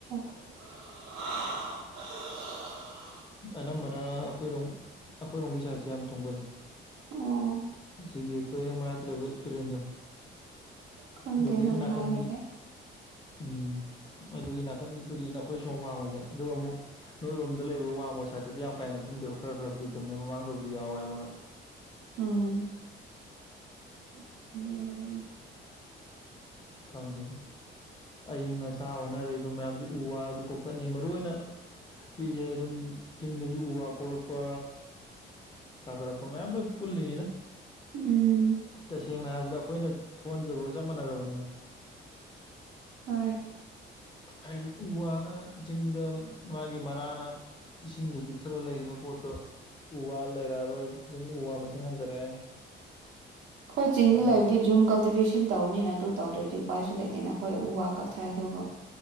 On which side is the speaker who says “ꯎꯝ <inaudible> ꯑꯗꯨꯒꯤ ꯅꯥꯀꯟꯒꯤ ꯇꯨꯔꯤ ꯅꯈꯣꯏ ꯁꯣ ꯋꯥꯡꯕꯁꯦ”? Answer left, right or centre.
Left